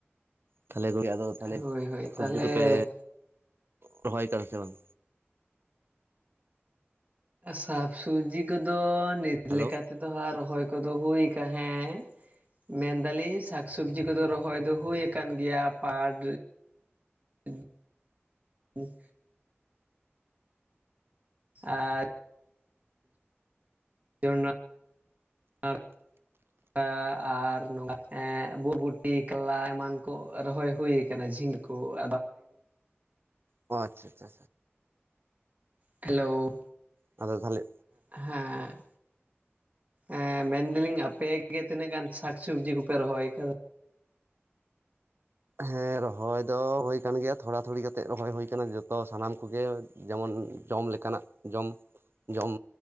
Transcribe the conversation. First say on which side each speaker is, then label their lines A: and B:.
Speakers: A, on the right; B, on the right.
A: ᱛᱟᱦᱞᱮ <unintelligible>
B: ᱦᱳᱭ ᱦᱳᱭ ᱛᱟᱦᱚᱞᱮ
A: ᱥᱚᱵᱡᱤ ᱠᱚ ᱯᱮ ᱨᱚᱦᱚᱭ ᱠᱟᱱᱟ ᱥᱮ ᱵᱟᱝ?
B: ᱥᱟᱠ ᱥᱩᱵᱡᱤ ᱠᱚ ᱫᱚ, ᱱᱤᱛ
A: ᱦᱮᱞᱳ
B: ᱞᱮᱠᱟ ᱛᱮ ᱫᱚ ᱦᱟᱸᱜ, ᱨᱚᱦᱚᱭ ᱠᱚᱫᱚ ᱦᱩ‌ ᱠᱟ ᱦᱮᱸ ᱢᱮᱱ ᱫᱟᱞᱤᱧ ᱥᱟᱠ ᱥᱚᱵᱡᱤ ᱠᱚᱫᱚ ᱨᱚᱦᱚᱭ ᱫᱚ ᱦᱩᱭ ᱠᱟᱱ ᱜᱮᱭᱟ ᱯᱟᱴ <unintelligible> ᱟᱻᱡ <unintelligible> <unintelligible> ᱵᱚᱨ ᱵᱩᱴᱤ ᱠᱟᱞᱞᱟ ᱮᱢᱟᱱ ᱠᱚ ᱨᱚᱦᱚᱭ ᱦᱩᱭ ᱠᱟᱱᱟ ᱡᱷᱤᱸᱰ <unintelligible>
A: ᱚ ᱟᱪᱷᱟ ᱪᱷᱟ
B: ᱦᱮᱞᱳ᱾
A: ᱟᱫᱚ ᱛᱟᱦᱚᱞᱮ
B: ᱦᱟᱸ ᱮᱸ ᱢᱮᱱᱫᱟᱞᱤᱧ ᱟᱯᱮ ᱜᱮ ᱛᱤᱱᱟᱹᱜ ᱜᱟᱱ ᱥᱟᱠ ᱥᱚᱵᱽᱡᱤ ᱠᱚᱯᱮ ᱨᱚᱦᱚᱭ ᱠᱟᱫᱟ?
A: ᱦᱮᱸ ᱨᱚᱦᱚᱭ ᱫᱚ ᱦᱩᱭ ᱠᱟᱱ ᱜᱮᱭᱟ ᱛᱷᱚᱲᱟ ᱛᱷᱩᱲᱤ ᱠᱟᱛᱮᱫ ᱨᱚᱦᱚᱭ ᱦᱩᱭ ᱟᱠᱟᱱᱟ ᱡᱚᱛᱚ ᱥᱟᱱᱟᱢ ᱠᱚᱜᱮ ᱡᱚᱢᱚᱱ ᱡᱚᱢ ᱞᱮᱠᱟᱱᱟᱜ ᱡᱚᱢ ᱡᱚᱢ